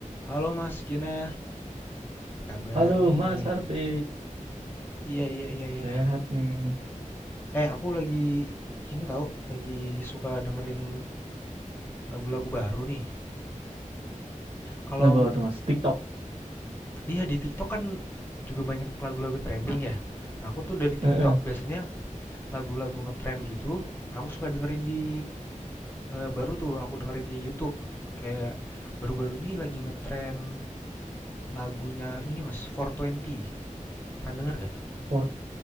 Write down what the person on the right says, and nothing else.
Halo
Mas Harvey,
sehat nih.
Lagu apa tuh Mas? TikTok.
Heeh.
For,